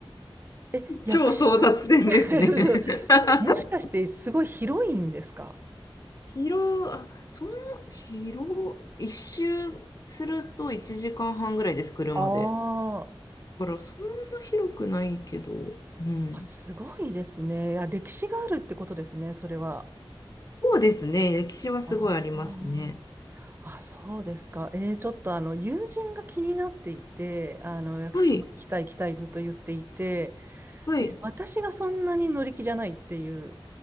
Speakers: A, on the right; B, on the left.
A: え、屋久島って
B: 超争奪戦ですね。
A: <laughs>
B: <laughs>
A: もしかしてすごい広いんですか
B: 広、あその、広、一周すると1時間半ぐらいです、車で。
A: あー
B: だからそんな広くないけど、うん。
A: あ、すごいですね。いや、歴史があるってことですね、それは。
B: そうですね、歴史はすごいありますね。
A: ああ、あ、そうですか。えーちょっとあの、友人が気になっていて、あの、屋久島行きたい行きたいずっと言っていて、
B: はい、はい。
A: で、私がそんなに乗り気じゃないっていう。